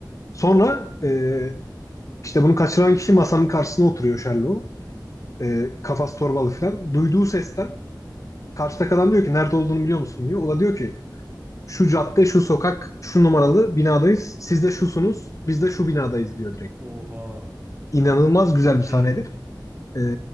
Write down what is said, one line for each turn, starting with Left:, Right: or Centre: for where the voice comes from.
Left: Sonra e, işte bunu kaçıran kişi masanın karşısına oturuyor Sherlock. E, kafası torbalı falan. Duyduğu sesten karşıdaki adam diyor ki nerede olduğunu biliyor musun diyor. O da diyor ki şu cadde, şu sokak, şu numaralı binadayız. Siz de şusunuz, biz de şu binadayız diyor direkt.
Right: Oha
Left: İnanılmaz
Right: çok
Left: güzel bir sahneydi.
Right: iyi
Left: Ee,